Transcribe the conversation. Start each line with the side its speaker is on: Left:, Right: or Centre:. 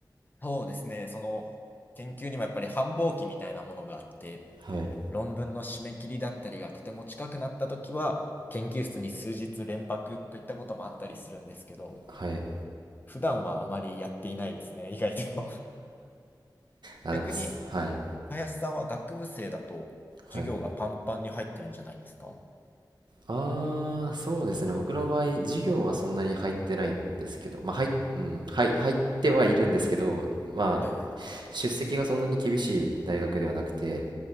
Left: そうですね、その研究にもやっぱり繁忙期みたいなものがあって、
Right: はい。
Left: 論文の締め切りだったりがとても近くなったときは、研究室に数日連泊といったこともあったりするんですけど、
Right: はい。
Left: 普段はあまりやっていないですね、意外と。<laughs>
Right: あ、
Left: 逆に、
Right: でもす、はい。
Left: 林さんは学部生だと授業がパンパンに入ってるんじゃないんですかは
Right: はい。ああ、そうですね。僕の場合、授業はそんなに入ってないんですけど、まあ、はい、うん、はい、入ってはいるんですけど、まあ、
Left: いはい。
Right: 出席がそんなに厳しい大学ではなくて、